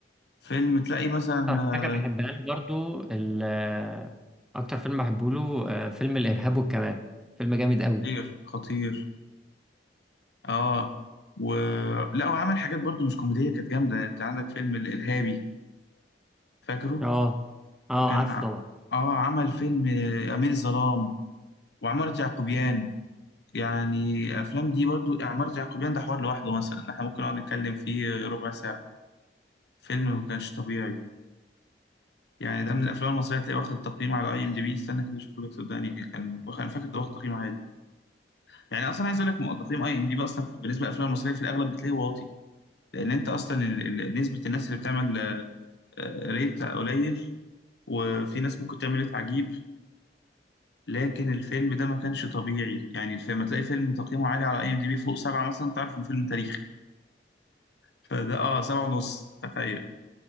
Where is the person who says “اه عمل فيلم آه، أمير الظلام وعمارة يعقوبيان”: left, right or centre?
Left